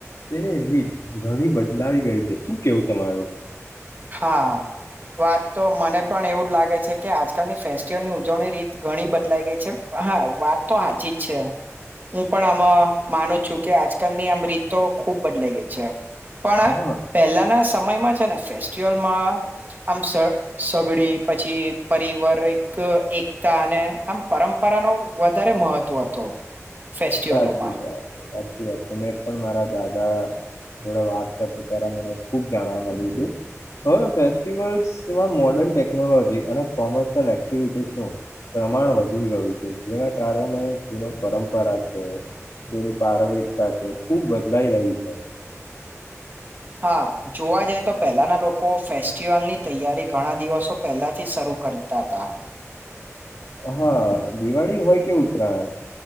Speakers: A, on the left (about 75°); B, on the right (about 35°).
A: તેની રીત ઘણી બદલાવી ગઈ છે શું કેવું તમારું
B: હા વાત તો મને પણ એવું જ લાગે છે કે આજકાલની ફેસ્ટિવલની ઉજવણી રીત ઘણી બદલાઈ ગઈ છે હા વાત તો સાાચી જ છે હું પણ આમ માનું છું કે આજકાલની આમ રીત તો ખુબ બદલાઈ ગઈ છે પણ
A: હા
B: પહેલાના સમયમાં છે ને ફેશન માં આમ સગડી પછી પારિવારિક એકતા અને આમ પરંપરાનો વધારે મહત્વ હતો ફેસ્ટિવલોમાં
A: સાચી વાત સાચી એમે પણ મારા દાદા જોડે વાત કરતા ત્યારે મને ખુબ જાણવા મળ્યું હતું હવે ફેસ્ટિવલ્સમાં મોર્ડર્ન ટેકનોલોજી અને કોમર્શિયલ એક્ટિવિટીસનું પ્રમાણ વધી ગયું હતું જેના કારણે જેનો પરંપરા તેની પારરિકતા છે ખુબ બદલાઈ રહી છે
B: હા જોવા જઈ તો પહેલાના લોકો ફેસ્ટિવલની તૈયારી ઘણા દિવસો પહેલાથી શરૂ કરતા હતા
A: હા દિવાળી હોય કે ઉતરાયણ